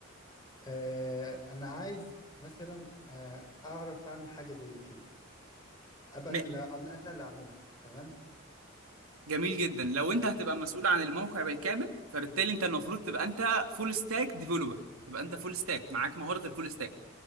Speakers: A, on the left; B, on the right.
A: آه انا عايز مثلا آه اعرف اعمل حاجة زي كده ابقى
B: م...
A: انا اللي انا اللي اعملها تمام
B: جميل جدا لو انت هتبقى مسؤول عن الموقع بالكامل فبالتالي انت المفروض تبقى انت فول ستاك ديفلوبر تبقى انت فول ستاك معاك مهاره الفول ستاك